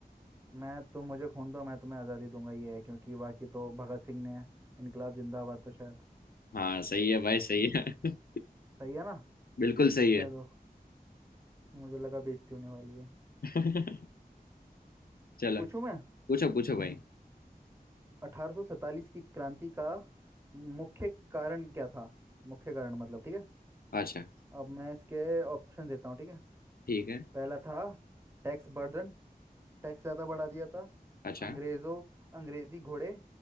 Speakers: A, on the right; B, on the left.
A: मैं तुम मुझे खून दो मैं तुम्हें आज़ादी दूंगा ये है क्योंकि बाकी तो भगत सिंह ने इनकलाब जिंदाबाद तो शायद
B: हाँ सही है भाई सही
A: ठीक
B: है <laughs>
A: सही है ना
B: बिल्कुल सही
A: चलो
B: है
A: मुझे लगा बेइज्जती होने वाली है
B: <laughs> चलो
A: पूछूं मैं
B: पूछो पूछो भाई
A: 1847 की क्रांति का मुख्य कारण क्या था मुख्य कारण मतलब ठीक है
B: अच्छा
A: अब मैं इसके ऑप्शन देता हूँ ठीक है
B: ठीक है
A: पहला था टैक्स बर्डन टैक्स ज्यादा बढ़ा दिया था
B: अच्छा
A: अंग्रेजों अंग्रेजी घोड़े